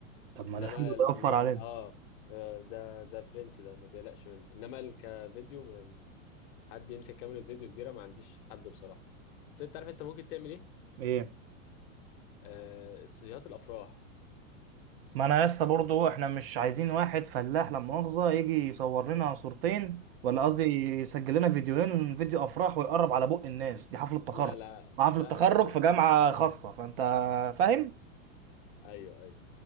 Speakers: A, on the right; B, on the left.
A: طب ما
B: إنما
A: ده حلو ده
B: ال
A: يوفر
B: آه
A: علينا
B: آه، ده ده برنس ده ما تقلقش منه إنما ال- كفيديو م- حد يمسك كاميرا فيديو كبيرة ما عنديش حد بصراحة بس أنت عارف أنت ممكن تعمل إيه؟
A: إيه
B: آه استوديوهات الأفراح
A: ما انا يا اسطى برضه احنا مش عايزين واحد فلاح لا مؤاخذه يجي يصور لنا صورتين ولا قصدي يسجل لنا فيديوهين فيديو افراح ويقرب على بق الناس دي حفله تخرج
B: لا لا
A: وحفله
B: لا
A: تخرج
B: يا عم
A: في جامعه خاصه فانت فاهم
B: أيوه أيوه